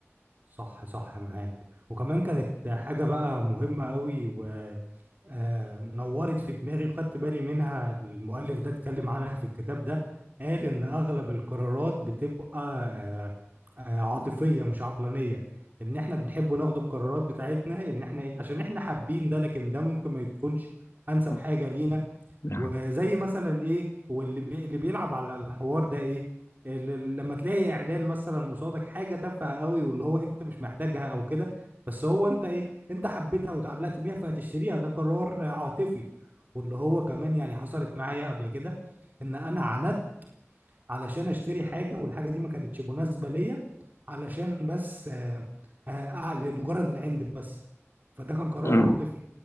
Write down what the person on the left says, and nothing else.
آه،
نعم
<clears throat>